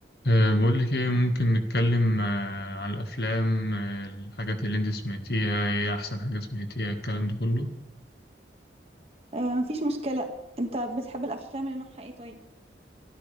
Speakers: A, on the left; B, on the right.
A: أه، بقول لك ايه ممكن نتكلم أه، عن الافلام أه، الحاجات اللي انت سمعتيها ايه احسن حاجه سمعتيها الكلام ده كله
B: آه، مفيش مشكلة انت بتحب الافلام اللي نوعها ايه طيب